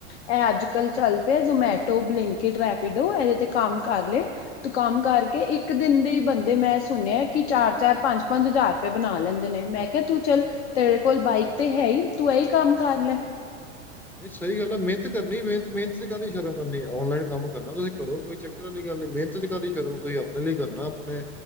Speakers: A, on the left; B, in the centre.
A: ਇਹ ਅੱਜ- ਕੱਲ ਚੱਲ ਪਿਆ ਜਮੈਟੋ, ਬਲਿੰਕਇਟ, ਰੈਪੀਡੋ, ਇਹਦੇ ਤੇ ਕੰਮ ਕਰ ਲਏ, ਤੂੰ ਕੰਮ ਕਰਕੇ ਇੱਕ ਇੱਕ ਦਿਨ ਦੇ ਈ ਬੰਦੇ ਮੈਂ ਸੁਣਿਆ ਕਿ, ਚਾਰ-ਚਾਰ, ਪੰਜ-ਪੰਜ ਹਜ਼ਾਰ ਰੁਪਏ ਬਣਾ ਲੈਂਦੇ ਨੇ ਮੈਂ ਕਿਆ ਤੂੰ ਚੱਲ ਤੇਰੇ ਕੋਲ ਬਾਈਕ ਤੇ ਹੈ ਈ, ਤੂੰ ਇਹੀ ਕੰਮ ਕਰ ਲੈ।
B: ਨਈ ਸਹੀ ਗੱਲ ਆ।, ਮਿਹਨਤ ਕਰਨੀ ਮਿਹ ਮਿਹਨਤ ਚ ਕਾਹਦੀ ਸ਼ਰਮ ਕਰਨੀ, ਔਨਲਾਈਨ ਕੰਮ ਕਰਨਾ ਤੁਹੀ ਕਰੋ ਕੋਈ ਚੱਕ ਕਿਵੇਂ ਦੀ ਗੱਲ ਏ ਮਿਹਨਤ ਚ ਕਾਦੀ ਸ਼ਰਮ ਤੁਸੀਂ, ਆਪਣੇ ਲਈ ਕਰਨਾ ਆਪਣੇ